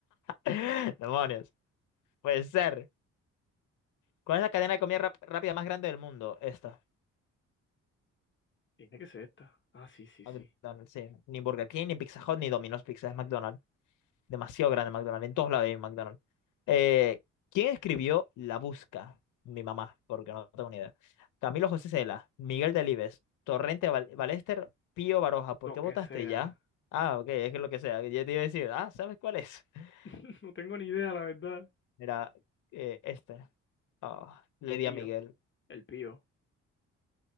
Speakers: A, on the left; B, on the left.
A: <laughs> Demonios. Puede ser. ¿Cuál es la cadena de comida rap- rápida más grande del mundo? Esta.
B: Tiene que ser esta. Ah, sí, sí,
A: McDonald's,
B: sí.
A: sí. Ni Burger King, ni Pizza Hut, ni Domino's Pizza, es McDonald's. Demasiado grande McDonald's. En todos lados hay McDonald's. Eh, ¿quién escribió La Busca? Mi mamá, porque no tengo ni idea. Camilo José Cela, Miguel Delibes, Torrente Val- Ballester, Pío Baroja. ¿Por
B: Lo
A: qué
B: que
A: votaste
B: sea.
A: ya? Ah, ok, es que lo que sea. Ya te iba a decir, ah, ¿sabes cuál es? <laughs>
B: <laughs> No tengo ni idea, la verdad.
A: Mira, eh, este. Ah, le di
B: Pío.
A: a Miguel.
B: El pío.